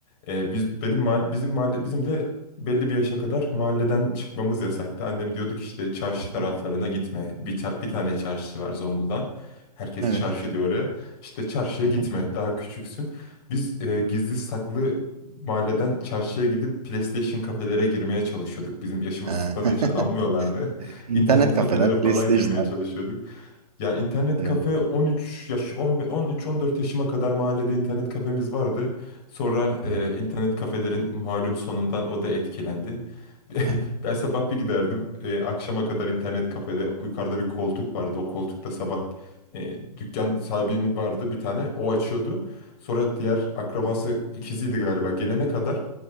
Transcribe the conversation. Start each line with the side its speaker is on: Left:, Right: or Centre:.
Left: Ee, biz benim mahalle, bizim mahalle bizim de belli bir yaşa kadar mahalleden çıkmamız yasaktı. Annem diyordu ki işte çarşı
Right: Aha,
Left: taraflarına gitme. Bir, ta- bir tane çarşısı var Zonguldak'ın. Herkes
Right: Evet.
Left: çarşı diyor oraya. İşte çarşıya
Right: Hı
Left: gitme.
Right: hı.
Left: Daha küçüksün. Biz e, gizli saklı mahalleden çarşıya gidip PlayStation kafelere girmeye çalışıyorduk. Bizim yaşımız
Right: <laughs>
Left: tutmadığı için almıyorlardı.
Right: Evet.
Left: <laughs>
Right: İnternet
Left: İnternet
Right: kafeler,
Left: kafelere
Right: PlayStation'lar.
Left: falan girmeye çalışıyorduk. Ya internet
Right: Evet.
Left: kafe 13 yaş 13-14 yaşıma kadar mahallede internet kafemiz vardı. Sonra e,
Right: Evet.
Left: internet kafelerin malum sonundan o da etkilendi. <laughs>
Right: Yani.
Left: Ben sabah bir giderdim. e, akşama kadar internet kafede yukarıda bir koltuk vardı. O koltukta sabah e, dükkan sahibinin vardı bir tane. O açıyordu. Sonra diğer akrabası
Right: <laughs>
Left: ikiziydi galiba. Gelene kadar